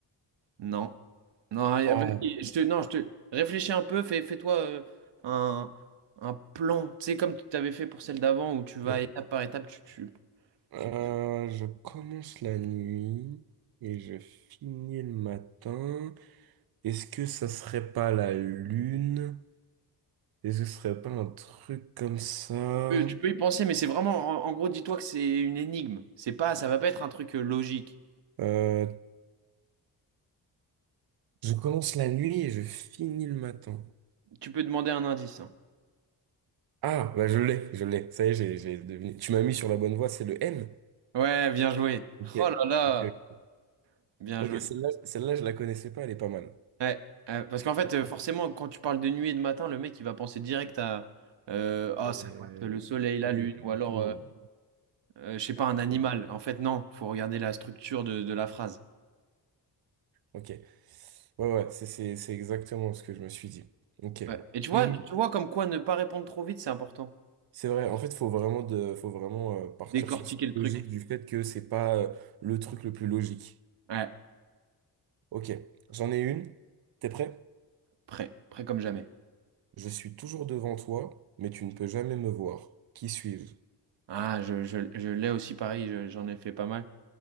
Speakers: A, on the right; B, on the right.
A: Non. Non, y
B: Ah,
A: a- vas-y, je te, non, je te réfléchis un peu, fais, fais-toi euh, un, un plan, tu sais, comme tu t'avais fait pour celle d'avant où tu vas
B: Ok.
A: étape par étape, tu, tu,
B: Euh,
A: tu- tu
B: je commence la nuit et je finis le matin. Est-ce que ça serait pas la lune? Est-ce que ce serait pas un truc comme ça?
A: peux, tu peux y penser, mais c'est vraiment, en, en gros, dis-toi que c'est une énigme. C'est pas, ça va pas être un truc euh, logique.
B: Euh, je commence la nuit et je finis le matin.
A: Tu peux demander un indice. hein.
B: Ah, bah je l'ai, je l'ai. Ça y est, j'ai j'ai deviné. Tu m'as mis sur la bonne voie, c'est le N.
A: Ouais, bien joué.
B: Ok.
A: Oh là là,
B: Ok.
A: bien
B: Ok,
A: joué.
B: celle-là, celle-là, je la connaissais pas, elle est pas mal.
A: Ouais, euh, parce qu'en fait,
B: Bon,
A: euh, forcément, quand tu parles de nuit et de matin, le mec, il va penser direct à euh, Ah,
B: Euh,
A: ça doit être le soleil, la
B: oui,
A: lune,
B: du
A: ou alors,
B: coup,
A: euh, euh, je sais pas, un animal.
B: euh,
A: En fait, non, faut regarder la structure de, de la phrase.
B: ok. Ouais, ouais, c'est c'est- c'est exactement ce que je me suis dit. Ok.
A: Ouais. Et tu vois,
B: Une.
A: tu vois comme quoi ne pas répondre trop vite, c'est important.
B: C'est vrai, en fait, faut vraiment de, faut vraiment euh, partir
A: Décortiquer
B: sur cette
A: le truc.
B: logique du fait que c'est pas euh, le truc le plus logique.
A: Ouais,
B: Ok, j'en ai une. T'es prêt?
A: prêt, prêt comme jamais.
B: Je suis toujours devant toi, mais tu ne peux jamais me voir. Qui suis-je?
A: Ah, je, je, je l'ai aussi pareil, je- j'en ai fait pas mal.